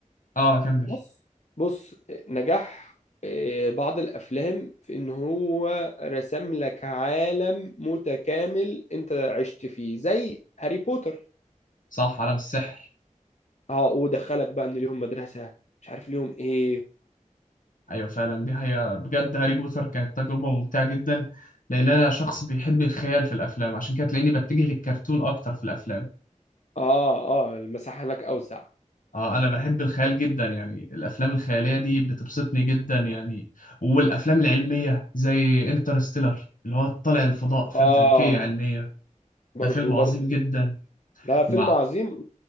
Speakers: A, on the left (about 80°); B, on the left (about 60°).
A: اه كمل
B: بص بص نجاح آه، بعض الأفلام في إن هو رسم لك عالم متكامل أنت عشت فيه زي هاري بوتر
A: صح عالم السحر
B: اه ودخلك بقى إن ليهم مدرسة مش عارف ليهم إيه
A: ايوه فعلا دي حقيقة بجد هاري بوتر كانت تجربة ممتعة جدا لان انا شخص بيحب الخيال في الافلام عشان كده تلاقيني بتجه للكرتون اكتر في الافلام
B: اه اه المساحة هناك أوسع
A: اه انا بحب الخيال جدا يعني الافلام الخيالية دي بتبسطني جدا يعني والافلام العلمية زي انترستيلر اللي هو طالع الفضاء افلام
B: اه
A: فلكية علمية
B: برضو
A: ده فيلم
B: برضو
A: عظيم جدا
B: ده فيلم
A: مع
B: عظيم